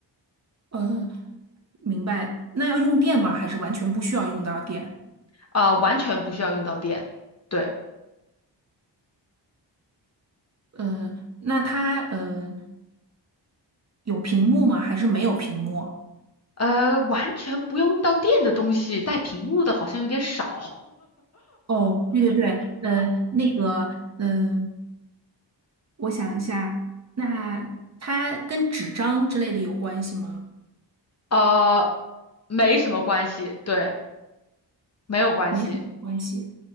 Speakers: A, on the right; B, on the left.
A: 嗯。明白。那要用电吗？还是完全不需要用到电？
B: 呃，完全不需要用到电，对，
A: 嗯、那它嗯、呃有屏幕吗？还是没有屏幕？
B: 呃，完全不用用到电的东西，带屏幕的好像有点少，
A: 哦，对对对，呃，那个，嗯、我想一下，那它跟纸张之类的有关系吗？
B: <laughs> 呃，没什么关系，对，没有关系，
A: 没什么关系。